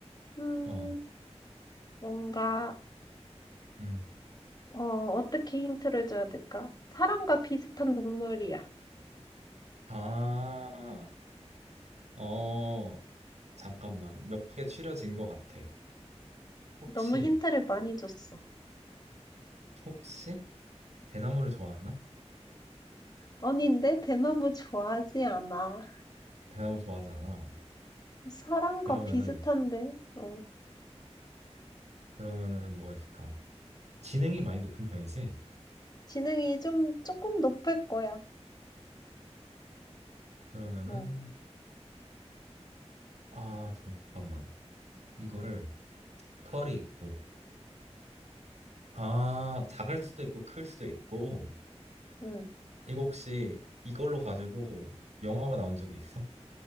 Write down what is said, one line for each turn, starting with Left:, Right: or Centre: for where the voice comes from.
Left: 음,
Right: 어.
Left: 뭔가,
Right: 음.
Left: 어, 어떻게 힌트를 줘야 될까? 사람과 비슷한 동물이야.
Right: 아, 어, 잠깐만. 몇 개 추려진 것 같아. 혹시,
Left: 너무 힌트를 많이 줬어.
Right: 혹시 대나무를 좋아하나?
Left: 아니, 내 대나무 좋아하지 않아.
Right: 대나무 좋아하잖아.
Left: 사랑과
Right: 그러면은,
Left: 비슷한데. 어.
Right: 그러면은 뭐가 있을까? 지능이 많이 높은 편이지?
Left: 지능이 좀 조금 높을 거야.
Right: 그러면은,
Left: 어.
Right: 아, 잠깐만. 이거를 털이 있고, 아, 작을 수도 있고, 클 수도 있고,
Left: 응.
Right: 이거 혹시 이걸로 가지고 영화가 나온 적이 있어?